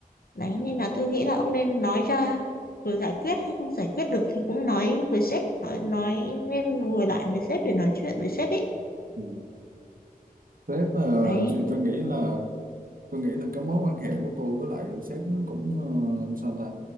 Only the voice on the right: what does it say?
Ừ. sếp ờ,
thì tôi nghĩ là tôi nghĩ là cái mối quan hệ của tôi với lại sếp nó cũng ờ, sao ta